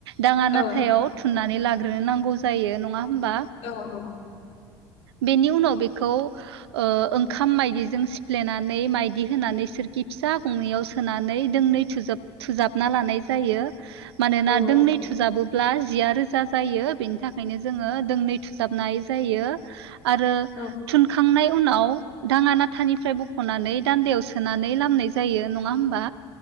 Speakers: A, on the right; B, on the left.
A: दाङा
B: औ
A: नाथायाव थु ननानै लाग्रोनो नांगौ जायो नङा होमबा
B: औ औ।
A: बेनि उनाव बेखौ ओ ओंखाम माइदिजों सिफ्लेनानै माइदि होनानै सोरखि फिसा गंनैयाव सोनानै दोंनै थुजोब थुजाबना लानाय जायो। मानोना
B: औ औ
A: दोंनै थुजाबो ब्ला जिया रोजा जायो बेनि थाखायनो जोङो दोंनै थुजाबनाय जायो। <inaudible> आरो
B: औ
A: थुनखांनाय उनाव दाङा नाथानिफ्राय बख'नानै दान्दायाव सोनानै लामनाय जायो नङा होमबा?